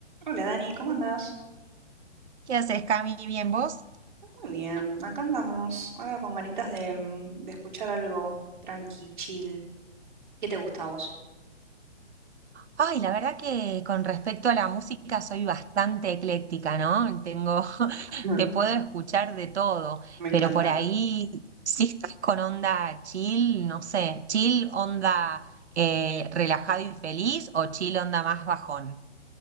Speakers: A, on the right (about 40°); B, on the right (about 65°).
A: Hola Dani, ¿cómo andás?
B: ¿Qué haces, Cami? ¿Bien vos?
A: Muy bien, acá andamos, ahora con ganitas de, mm, de escuchar algo tranqui, chill. ¿Qué te gusta a vos?
B: Ay, la verdad que con respecto a la música soy bastante ecléctica, ¿no? Tengo, <laughs>
A: Ujú.
B: te puedo escuchar de todo,
A: Me encanta.
B: pero por ahí si estás con onda chill, no sé, chill onda eh, relajado y feliz o chill onda más bajón.